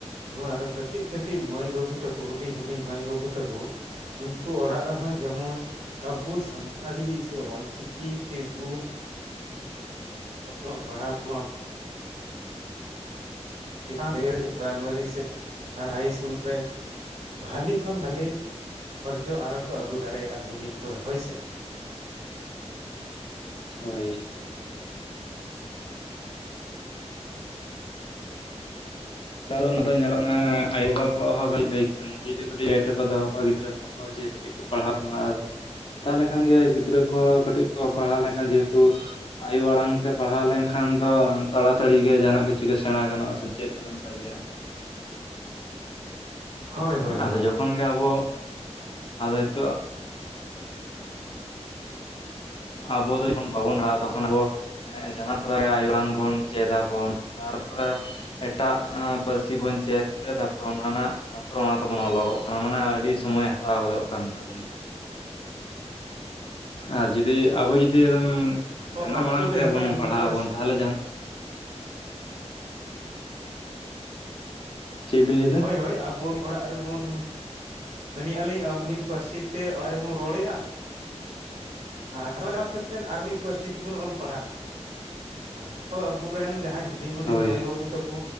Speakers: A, on the right; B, on the left.
A: ᱡᱮᱢᱚᱱ ᱟᱨᱚ ᱠᱟᱹᱴᱤᱡ ᱠᱟᱹᱴᱤᱡ ᱢᱟᱹᱭ ᱵᱟᱹᱵᱩ ᱛᱟᱠᱚ ᱦᱩᱰᱤᱧ ᱦᱩᱰᱤᱧ ᱢᱟᱹᱭ ᱵᱟᱹᱵᱩ ᱛᱟᱠᱚ ᱩᱱᱠᱩ ᱚᱲᱟᱜ ᱨᱮᱦᱚᱸ ᱡᱮᱢᱚᱱ ᱟᱵᱚ ᱥᱟᱱᱛᱟᱲᱤ ᱥᱮ ᱚᱞᱪᱤᱠᱤ ᱠᱤ ᱛᱮᱵᱚᱱ ᱚᱞᱚᱜ ᱯᱟᱲᱦᱟᱣ ᱠᱚᱢᱟ ᱪᱮᱛᱟᱱ ᱯᱨᱟᱭᱢᱟᱨᱤ ᱥᱮ ᱟᱨ ᱦᱟᱭ ᱤᱥᱠᱩᱞ ᱠᱷᱚᱱ ᱵᱷᱟᱞᱤ ᱠᱷᱚᱱ ᱵᱷᱟᱞᱮ ᱚᱨᱡᱚ ᱟᱨᱚ ᱠᱚ ᱟᱹᱜᱩ ᱫᱟᱲᱮᱭᱟᱜᱼᱟ ᱵᱤᱱᱤᱰ ᱠᱚᱨᱮ ᱦᱳᱭᱥᱮ᱾
B: ᱦᱳᱭ᱾ ᱮᱠᱟᱞ ᱚᱱᱟ ᱫᱚ ᱧᱮᱞᱚᱜ ᱠᱟᱱᱟ ᱟᱭᱳ ᱵᱟᱵᱟ ᱠᱚᱣᱟᱜ ᱦᱚᱸ ᱠᱟᱹᱴᱤᱡ ᱫᱟᱹᱭᱤᱛᱛᱚ ᱱᱩᱠᱩ ᱡᱩᱫᱤ ᱠᱟᱹᱴᱤᱡ ᱜᱟᱭᱤᱰ ᱨᱮᱠᱚ ᱫᱚᱦᱚ ᱠᱚᱣᱟ ᱜᱤᱫᱽᱨᱟᱹ ᱠᱚ, ᱦᱚᱸ ᱡᱮ ᱠᱟᱹᱴᱤᱡ ᱠᱚ ᱯᱟᱲᱦᱟᱜ ᱠᱚᱢᱟ ᱟᱨ ᱛᱟᱦᱚᱞᱮ ᱠᱷᱟᱱ ᱜᱮ ᱜᱤᱫᱽᱨᱟᱹ ᱠᱚᱦᱚᱸ ᱠᱟᱹᱴᱤᱡ ᱠᱚ ᱯᱟᱲᱦᱟᱣ ᱞᱮᱱᱠᱷᱟᱱ ᱡᱮᱦᱮᱛᱩ ᱟᱭᱳ ᱟᱲᱟᱝ ᱛᱮ ᱯᱟᱲᱦᱟᱣ ᱞᱮᱱᱠᱷᱟᱱ ᱫᱚ ᱛᱟᱲᱟᱛᱟᱲᱤ ᱜᱮ ᱡᱟᱦᱟᱸᱱᱟᱜ ᱠᱤᱪᱷᱩ ᱜᱮ ᱥᱮᱬᱟ ᱜᱟᱱᱚᱜᱼᱟ ᱥᱮ ᱪᱮᱫ ᱫᱚᱦᱚᱫ ᱫᱟᱲᱮᱭᱟᱜᱼᱟ
A: ᱦᱳᱭ ᱦᱳᱭ ᱦᱳᱭ
B: ᱟᱫᱚ ᱡᱚᱠᱷᱚᱱ ᱜᱮ ᱟᱵᱚ ᱟᱫᱚ ᱱᱤᱛᱚᱜ ᱟᱵᱚ ᱫᱚ ᱡᱚᱠᱷᱚᱱ ᱵᱟᱵᱚᱱ ᱯᱟᱲᱦᱟᱜᱼᱟ ᱛᱚᱠᱷᱚᱱ ᱟᱵᱚ ᱦᱮᱸ ᱡᱟᱱᱟᱢ ᱛᱚᱨᱟᱭᱟ ᱟᱭᱳᱟᱲᱟᱝ ᱵᱚᱱ ᱪᱮᱫᱟᱵᱚᱱ ᱛᱟᱨᱯᱚᱨᱮ ᱮᱴᱟᱜ ᱯᱟᱹᱨᱥᱤ ᱵᱚᱱ ᱪᱮᱫ ᱛᱮ ᱛᱟᱯᱚᱨ ᱚᱱᱟ ᱨᱮᱱᱟᱜ ᱛᱟᱯᱚᱨᱮ ᱚᱱᱟ ᱛᱮᱵᱚᱱ ᱚᱞᱚᱜᱚᱜ ᱠᱟᱱᱟ, ᱢᱟᱱᱮ ᱟᱹᱰᱤ ᱥᱚᱢᱚᱭ ᱦᱟᱛᱟᱣ ᱜᱚᱫᱚᱜ ᱠᱟᱱ ᱛᱟᱵᱚᱱᱟ ᱟᱨ ᱡᱩᱫᱤ ᱟᱵᱚ ᱡᱩᱫᱤ ᱮᱠᱫᱚᱢ
A: ᱚᱠᱛᱚ
B: ᱡᱟᱱᱟᱢ ᱟᱲᱟᱝ
A: ᱫᱚᱭ
B: ᱛᱮᱵᱚᱱ
A: ᱦᱟᱛᱟᱣ ᱢᱤᱫ
B: ᱯᱟᱲᱦᱟᱜ
A: ᱵᱟᱨ
B: ᱟᱵᱚᱱ ᱛᱟᱦᱚᱞᱮ ᱡᱟᱦᱟᱸᱱᱟᱜ ᱪᱮᱫ ᱵᱤᱱ ᱞᱮᱭ ᱫᱟ?
A: ᱦᱳᱭ ᱦᱳᱭ ᱟᱵᱚ ᱚᱲᱟᱜ ᱨᱮᱵᱚᱱ ᱢᱮᱱᱮᱜᱼᱟᱞᱤᱧ ᱟᱵᱚ ᱢᱤᱫ ᱯᱟᱹᱨᱥᱤ ᱛᱮ ᱚᱲᱟᱜ ᱨᱮᱵᱚᱱ ᱨᱚᱲᱮᱜᱼᱟ, ᱟᱨ <unintelligible> ᱠᱟᱛᱮᱜ ᱟᱨ ᱢᱤᱫ ᱯᱟᱹᱨᱥᱤ ᱛᱮᱵᱚᱱ ᱚᱞ ᱯᱟᱲᱦᱟᱜ ᱠᱟᱱᱟ ᱛᱚᱵᱮ ᱟᱵᱩ ᱨᱮᱱ ᱡᱟᱦᱟᱸᱭ ᱦᱩ ᱰᱤᱧ ᱦᱩᱰᱤᱱ
B: ᱦᱳᱭ
A: ᱢᱟᱹᱭ ᱵᱟᱹᱵᱩ ᱛᱟᱠᱚ